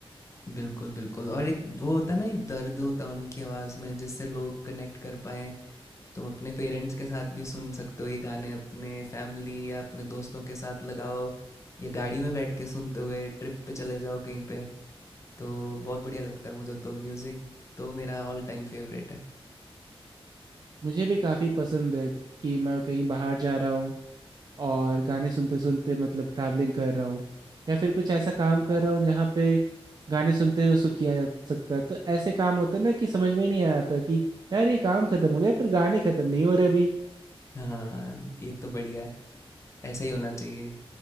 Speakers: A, on the left; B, on the right.
A: बिल्कुल, बिल्कुल और एक वो होता है ना एक दर्द होता है उनकी आवाज़ में जिससे लोग कनेक्ट कर पाएँ। तुम अपने पेरेंट्स के साथ भी सुन सकते हो ये गाने, अपने फैमिली या अपने दोस्तों के साथ लगाओ, या गाड़ी में बैठ के सुनते हुए ट्रिप पे चले जाओ कहीं पे। तो बहुत बढ़िया लगता है मुझे तो म्यूज़िक तो मेरा ऑल टाइम फेवरेट है।
B: मुझे भी काफ़ी पसंद है कि मैं कहीं बाहर जा रहा हूँ और गाने सुनते सुनते मतलब ट्रैवलिंग कर रहा हूँ या फिर कुछ ऐसा काम कर रहा हूँ जहाँ पे गाने सुनते हुए उसको किया जा सकता है तो ऐसे काम होता है ना कि समझ में ही नहीं आता कि यार ये काम खत्म हो गया पर गाने खत्म नहीं हो रहे अभी
A: हाँ, ये तो बढ़िया है, ऐसा ही होना चाहिए।